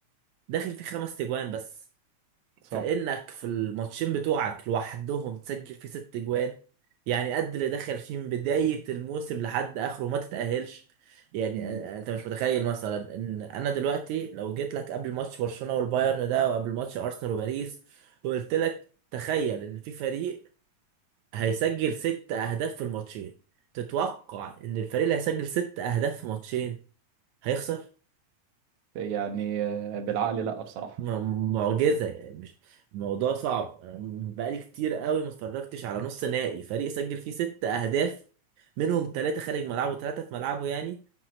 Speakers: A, on the right; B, on the right.
A: داخل في خمس تجوان بس
B: صح
A: فإنك في الماتشين بتوعك لوحدهم تسجل فيه ست جوان يعني قد اللي دخل فيه من بداية الموسم لحد آخره ما تتأهلش يعني
B: مم.
A: أ- أنت مش متخيل مثلا إن أنا دلوقتي لو جيت لك قبل ماتش برشلونة والبايرن ده وقبل ماتش أرسنال وباريس وقلت لك تخيل إن في فريق هيسجل ست أهداف في الماتشين تتوقع إن الفريق اللي هيسجل ست أهداف في ماتشين هيخسر؟
B: يعني آه، بالعقل لا بصراحة
A: م- معجزة يعني مش الموضوع صعب أنا م- بقالي كتير قوي ما اتفرجتش على نص نهائي فريق سجل فيه ست أهداف منهم ثلاثة خارج ملعبه وثلاثة في ملعبه يعني